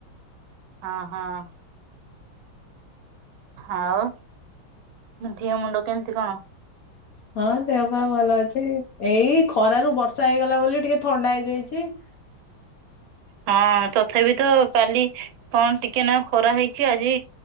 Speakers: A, on the right; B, on the left.
A: ହଁ, ହଁ। ଆଉ, ଦେହ ମୁଣ୍ଡ କେମିତି କଣ?
B: ହଁ, ଦେହ ପା ଭଲ ଅଛି। ଏଇ ଖରାରୁ ବର୍ଷା ହେଇଗଲା ବୋଲି ଟିକେ ଥଣ୍ଡା ହେଇଯାଇଛି। ଛିଃ।
A: ହଁ, ତଥାପି ତ କାଲି କଣ ଟିକେ ନା ଖରା ହେଇଛି। ଆଜି